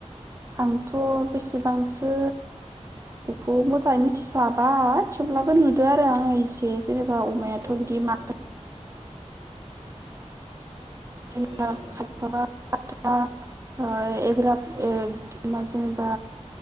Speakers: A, on the right; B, on the right.
A: आंथ' बेसेबांसो बेखौ मोजाङै मिथिस्लाबा थेवब्लाबो नुदो
B: औ
A: आरो आङो एसे जेनेबा अमायाथ'
B: औ
A: बिदि
B: औ
A: माखा
B: औ
A: जेनेबा
B: औ औ नंगौ
A: खायफाबा ओ <unintelligible> बा एग्रथा
B: औ